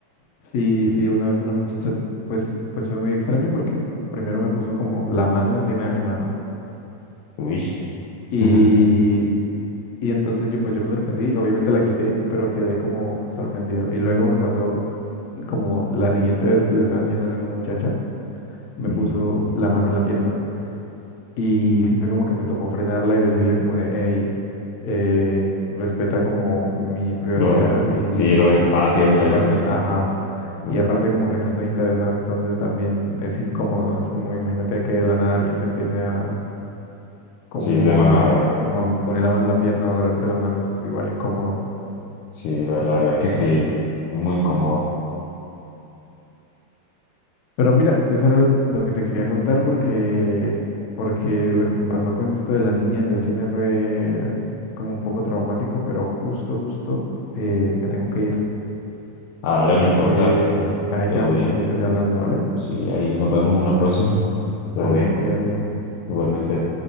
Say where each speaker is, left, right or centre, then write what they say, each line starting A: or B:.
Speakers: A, on the left (about 70°); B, on the left (about 80°).
A: Sí, sí, una vez una muchacha, pues, pues fue muy extraño porque primero me puso como la mano encima de mi mano.
B: Uy. <laughs>
A: Y, y entonces yo, pues yo me sorprendí, obviamente la quité, pero quedé como sorprendido. Y luego me pasó como la siguiente vez que le estaba enseñando a la misma muchacha, me
B: Ujú.
A: puso la mano en la pierna. Y sí fue como que me tocó frenarla y decirle como de, hey, eh, respeta como mi privacidad
B: Los-
A: y,
B: sí, los espacios,
A: y no
B: no,
A: te
B: eso
A: pases,
B: no es-
A: ajá.
B: pues,
A: Y aparte como que no estoy interesado, entonces también es incómodo, es como imagínate que de la nada alguien te empiece a como
B: sí, de lo nada.
A: a como a poner la mano en la pierna o agarrarte la mano, eso es igual incómodo.
B: Sí, la, la verdad es que sí, es muy cómodo.
A: Pero mira, eso era lo que te quería contar porque, porque lo que me pasó con esto de la niña en el cine fue como un poco traumático, pero justo, justo eh, me tengo que ir.
B: Ah, dale,
A: Así
B: no importa,
A: que ahí
B: todo
A: quedamos
B: bien.
A: pendientes hablando, ¿vale?
B: Sí, ahí nos vemos en una próxima, todo
A: Vale,
B: bien,
A: cuídate.
B: igualmente.